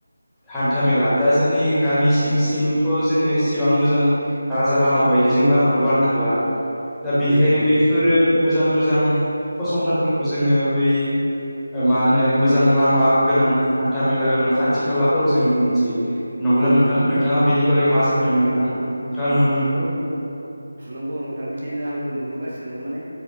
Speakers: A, in the centre; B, on the right.
A: हान्था मेला दा जोंनि गामि सिं-सिंथ' जोंङो इसेबां मोजां राजा लामा बायदि जों लामाथ' बानायनो हाला दा बेनिखायनो
B: नंगौ नंगौ
A: बैफोरो
B: नोंथां
A: मोजां मोजां फसंथानफोरखौ जोंङो बै मा होनो मोजां लामा गोनां हान्था मेला गोनां खाथि खालाफोराव जों नुनो मोनसै नंगौना नोंथां नोंथाङा बेनि बै
B: औ
A: मा सानदों
B: नंगौ
A: नोंथां नोंथां
B: औ नंगौ नंगौ नोंथां बिदिनो आंबो नुबोगा सिनो माने